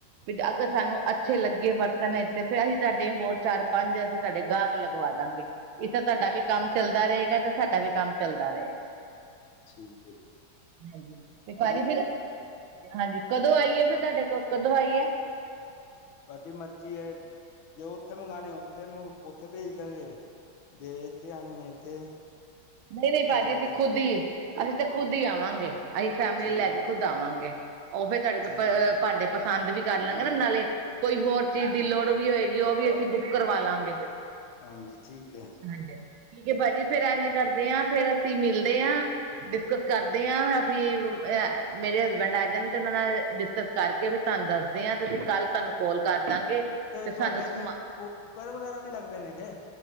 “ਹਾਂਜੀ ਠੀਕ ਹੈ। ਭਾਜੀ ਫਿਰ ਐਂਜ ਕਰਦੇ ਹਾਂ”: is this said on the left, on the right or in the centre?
Right